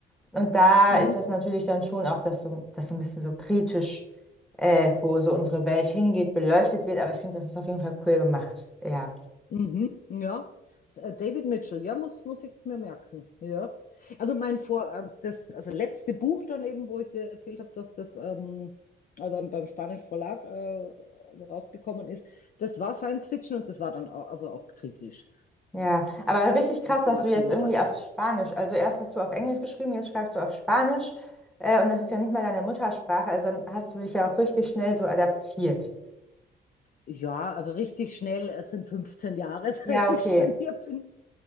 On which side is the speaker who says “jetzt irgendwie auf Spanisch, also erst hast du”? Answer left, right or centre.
Centre